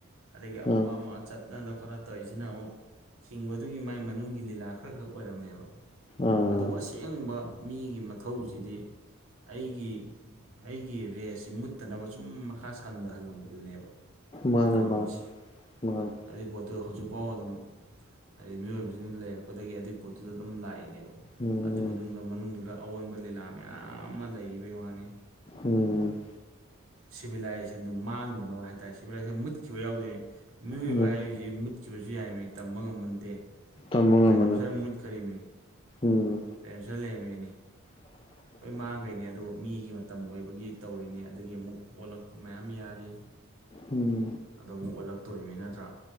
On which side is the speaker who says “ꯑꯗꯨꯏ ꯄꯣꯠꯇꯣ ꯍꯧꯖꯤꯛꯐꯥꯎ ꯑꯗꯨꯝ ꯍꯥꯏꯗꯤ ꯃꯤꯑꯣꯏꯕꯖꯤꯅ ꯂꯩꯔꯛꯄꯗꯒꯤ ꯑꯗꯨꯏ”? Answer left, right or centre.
Right